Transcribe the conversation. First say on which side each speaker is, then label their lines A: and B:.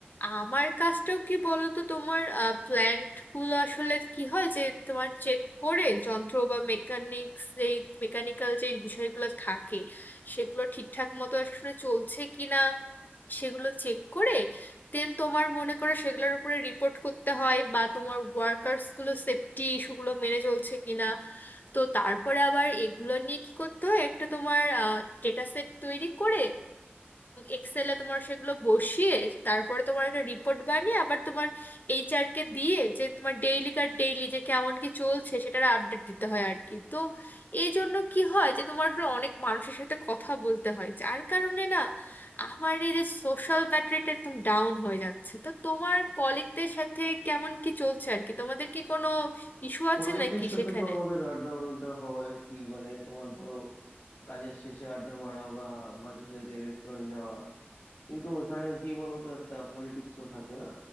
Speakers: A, on the left; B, on the left.
A: আমার কাজটাও কি বলতো তোমার প্ল্যান্ট গুলো আসলে কি হয় যে তোমার চেক করে যন্ত্র বা মেকানিক্স যেই মেকানিক্যাল যে বিষয়গুলো থাকে সেগুলো ঠিকঠাক মতো আসলে চলছে কিনা সেগুলো চেক করে দেন তোমার মনে করো সেগুলোর উপরে রিপোর্ট করতে হয় বা তোমার ওয়ার্কার্স গুলো সেফটি ইস্যুগুলো মেনে চলছে কিনা তো তারপরে আবার এগুলো নিয়ে কি করতে হয় একটা তোমার ডেটা সেট তৈরি করে এক্সেলে তোমার সেগুলো বসিয়ে তারপরে তোমার একটা রিপোর্ট বানিয়ে আবার তোমার এইচআর কে দিয়ে যে তোমার ডেইলি কার ডেইলি যে কেমন কি চলছে সেটার আপডেট দিতে হয় আর কি তো এই জন্য কি হয় যে তোমার আসলে অনেক মানুষের সাথে কথা বলতে হয় যার কারণে না আমার এই যে সোশ্যাল ব্যাটারিটা একদম ডাউন হয়ে যাচ্ছে তো তোমার কলিগদের সাথে কেমন কি চলছে আর কি তোমাদের কি কোনো ইস্যু
B: কলিগদের
A: আছে নাকি
B: সাথে
A: সেখানে
B: তো আমাদের আড্ডা মাড্ডা হয় কি মানে তোমার ধরো কাজের শেষে আড্ডা মারা বা মাঝে সাঝে রেস্টুরেন্ট যাওয়া কিন্তু ওখানে কি বলতো একটা পলিটিক্স তো থাকে না